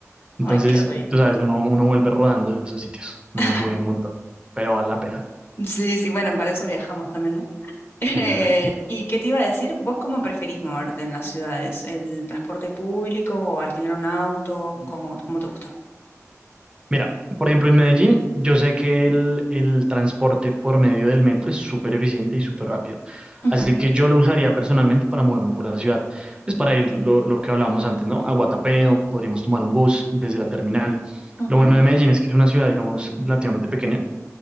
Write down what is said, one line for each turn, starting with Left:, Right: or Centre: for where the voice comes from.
Right: Entonces,
Left: Ay, qué rico.
Right: tú sabes, uno, uno vuelve rodando de esos sitios, uno
Left: <laughs>
Right: sube un montón, pero vale la pena.
Left: Sí, sí, bueno, para eso viajamos también, ¿no? <laughs> Eh,
Right: Exacto.
Left: ¿y qué te iba a decir? ¿Vos cómo preferís moverte en las ciudades? ¿El transporte público o alquilar un auto? ¿Cómo, cómo te gusta?
Right: Mira, por ejemplo, en Medellín, yo sé que el, el transporte por medio del metro es súper eficiente y súper rápido.
Left: Ujú,
Right: Así que yo lo usaría personalmente para moverme por la ciudad. Pues para ir lo, lo que hablábamos antes, ¿no? A Guatapé o podríamos tomar un bus desde la terminal.
Left: ujú,
Right: Lo bueno de Medellín es que es una ciudad, digamos, relativamente pequeña.